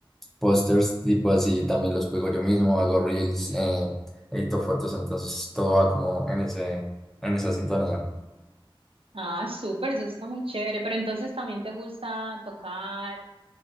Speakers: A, in the centre; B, on the right.
A: pósters, tipo así, también los pego yo mismo. Hago reels, eh, edito fotos. Entonces, todo va como en ese, en esa sintonía.
B: Ah, súper, eso está muy chévere. Pero entonces también te gusta tocar